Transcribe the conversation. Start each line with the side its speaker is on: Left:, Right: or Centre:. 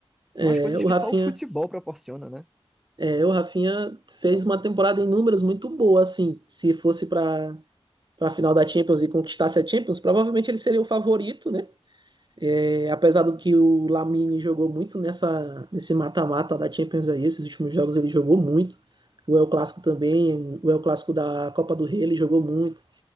Centre: São
Right: É,
Centre: as coisas
Right: o
Centre: que
Right: Rafinha,
Centre: só o futebol proporciona, né?
Right: é, o Rafinha fez uma temporada em números muito boa, assim. Se fosse para para final da Champions e conquistasse a Champions, provavelmente ele seria o favorito, né? É, apesar do que o Lamine jogou muito nessa, nesse mata-mata da Champions aí, esses últimos jogos ele jogou muito. O El Clássico também, o El Clássico da Copa do Rei ele jogou muito.